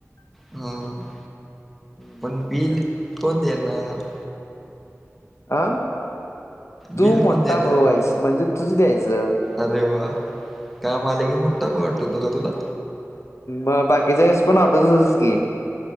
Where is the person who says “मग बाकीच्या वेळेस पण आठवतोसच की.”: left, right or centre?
Left